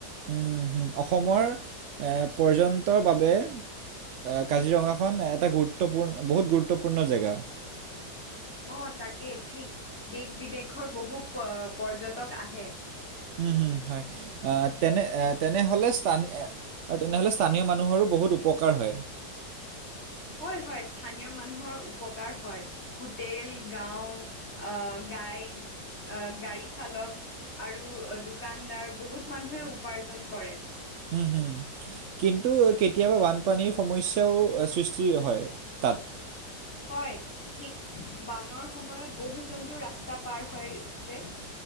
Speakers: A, on the right; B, on the left.
A: উম হম অসমৰ এ পৰ্যন্তৰ বাবে এ কাজিৰঙাখন এটা গুৰুত্বপূৰ্ণ বহুত গুৰুত্বপূৰ্ণ জেগা।
B: অ তাকেই ঠিক দেশ বিদেশৰ বহু পৰ্যটক আহে।
A: উম হম হয় আহ তেনে তেনেহলে স্থান আৰু তেনেহলে স্থানীয় মানুহৰো বহুত উপকাৰ হয়।
B: হয় হয় স্থানীয় মানুহৰ উপকাৰ হয়। হোটেল, গাওঁ, আ গাইড, গাড়ী চালক আৰু দোকানদাৰ বহুত মানুহে উপাৰ্জন কৰে।
A: উম হম। কিন্তু কেতিয়াবা বানপানীৰ সমস্যাও সৃষ্টি হয় তাত।
B: হয়। ঠিক বানৰ সময়ত বহু জন্তু ৰাস্তা পাৰ হয় যে।